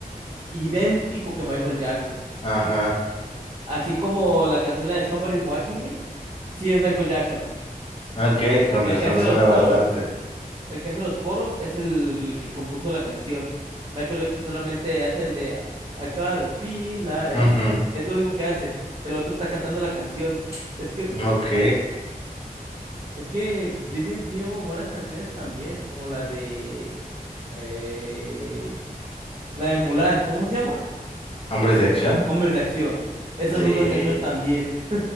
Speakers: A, on the right (about 40°); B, on the left (about 40°).
A: idéntico que Michael Jackson.
B: ajá,
A: Así como la canción la de Somebody's Watching Me, sí es Michael Jackson.
B: ok, con
A: El
B: razón
A: que hace
B: suena
A: los coros,
B: bastante.
A: el que hace los coros es el que compuso la canción. Michael Jackson solamente hace el de I gotta feel like.
B: Ujú,
A: Es lo único que hace. El otro está cantando la canción. Es que
B: Ok,
A: Es que Disney ha tenido buenas canciones también, como la de eh, la de Mulan, ¿cómo se llama?
B: hombres de acción,
A: Hombres de Acción. Esa
B: sí.
A: es otra canción también.